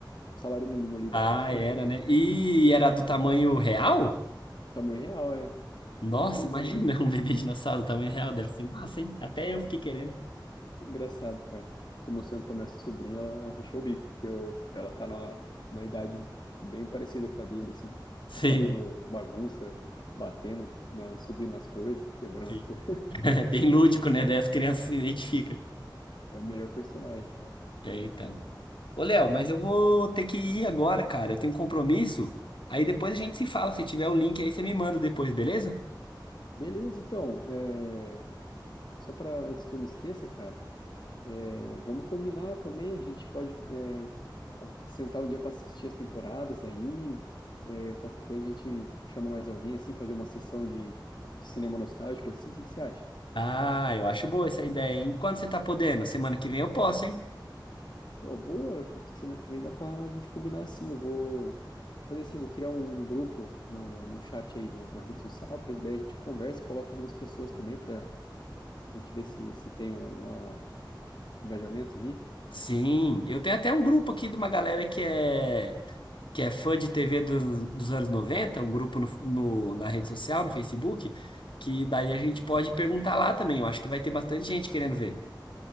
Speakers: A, on the left; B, on the left.
A: salário mínimo ali
B: Ah,
A: da época.
B: era, né? E era do tamanho real?
A: <laughs> Tamanho real, é.
B: Nossa,
A: Um bebezão
B: imagina
A: mesmo.
B: <laughs> um bebê dinossauro do tamanho real, deve ser massa, hein? Até eu fiquei querendo.
A: Engraçado, cara. Fiquei mostrando pra minha sobrinha, ela rachou o bico, porque eu, ela tá numa, numa idade bem parecida com a dele, assim.
B: Sim.
A: Fica fazendo bagunça, batendo, na- subindo nas coisas, <laughs> quebrando
B: sim.
A: as coisas. <laughs>
B: <laughs> É bem lúdico, né? Daí as crianças se identificam.
A: É o melhor personagem, cara.
B: É, então. Ô, Léo, mas eu vou ter que ir agora, cara. Eu tenho um compromisso. Aí depois a gente se fala. Se tiver o link aí, você me manda depois, beleza?
A: Beleza, então, é, só pra antes que eu me esqueça, cara, é, vamos combinar também, a gente pode é, sentar um dia pra assistir as temporadas aí, é, qualquer coisa a gente chama mais alguém, assim, fazer uma sessão de, de cinema nostálgico, assim, o que que você acha?
B: Ah, eu acho boa essa ideia, hein? Quando você tá podendo? Semana que vem eu posso, hein?
A: Pô, boa, eu acredito que semana que vem dá pra gente combinar assim. Eu vou fazer assim, vou criar um, um grupo no, no chat aí do, na rede social, pra, daí a gente conversa, coloca algumas pessoas também pra gente ver se, se tem um, ah, engajamento ali.
B: Sim, eu tenho até um grupo aqui de uma galera que é que é fã de TV dos, dos anos noventa um grupo no, no- na rede social, no Facebook, que daí a gente pode perguntar lá também. Eu acho que vai ter bastante gente querendo ver.